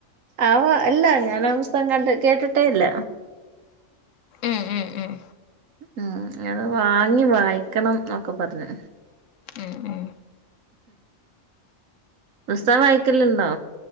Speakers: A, on the right; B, on the left.
A: ആവോ അല്ല ഞാൻ ആ പുസ്തകം കണ്ട് കേട്ടിട്ടേ ഇല്ല
B: ഏഹ് ഏഹ് ഏഹ്
A: ഉം അത് വാങ്ങി വായിക്കണംഒക്കെ പറഞ്ഞു
B: ഉം ഉം
A: പുസ്തകം വായിക്കലണ്ടോ